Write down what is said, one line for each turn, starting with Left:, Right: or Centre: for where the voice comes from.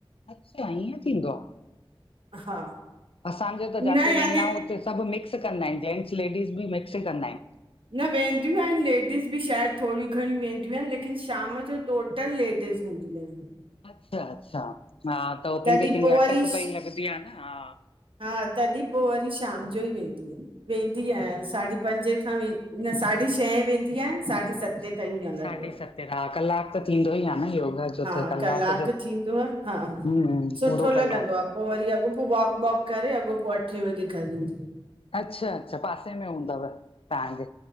Left: अच्छा ईअं थींदो आ,
Right: हा
Left: असांजो त
Right: न
Left: जाते
Right: याने
Left: वेंदाओ उते सभु मिक्स कंदा आहिन, जेंट्स लेडीस बि मिक्स कंदा आहिन।
Right: न वेंदियूं आहिनि, लेडीस बि शायदि थोरी घणी वेंदियूं आहिनि, लेकिन शाम जो टोटल लेडीस हूंन्दयू आहिन।
Left: अच्छा, अच्छा हा त हो कहिंखे
Right: तॾहिं
Left: कहिंखे
Right: पोइ वरी
Left: अटक पई लॻंदी आ न, हा।
Right: हा तॾहिं पोइ वरी शाम जो ई वेंदी वेंदी आहियां, साढी पंॼे खां व न साढी छहे वेंद <unintelligible> साढी सते
Left: अच्छा,
Right: ताईं हलंदो आ
Left: <unintelligible> कलाक त थींदो ई आ न योगा जो
Right: हा
Left: त
Right: कलाक
Left: जो
Right: थींदो आ, हा
Left: हम्म
Right: सुठो
Left: पूरो
Right: लॻंदो
Left: कलाक
Right: आ। पोइ वरी अॻोपो वॉक वॉक करे अॻो पोइ अठे वॻे घर ईन्नी आ।
Left: अच्छा, अच्छा पासे में हूंदव तव्हांजे।